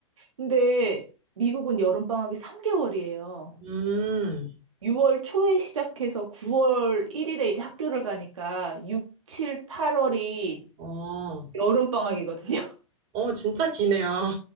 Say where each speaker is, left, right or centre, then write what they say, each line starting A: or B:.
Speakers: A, on the right; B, on the right.
A: 근데 미국은 여름방학이 3개월이에요.
B: 음,
A: 6월 초에 시작해서 9월 1일에 이제 학교를 가니까 6, 7, 8월이
B: 어,
A: 여름방학이거든요. <laughs>
B: 어, 진짜 기네요.